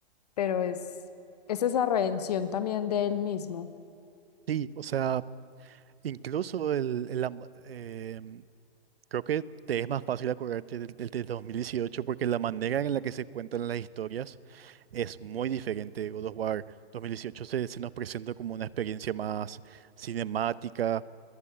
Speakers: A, on the left (about 40°); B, on the right (about 65°).
A: pero es, es esa redención también de él mismo.
B: sí. O sea, Incluso el, el amb- em, creo que te es más fácil acordarte del, del de 2018 porque la manera en la que se cuentan las historias es muy diferente. God of War 2018 se, se nos presenta como una experiencia más cinemática,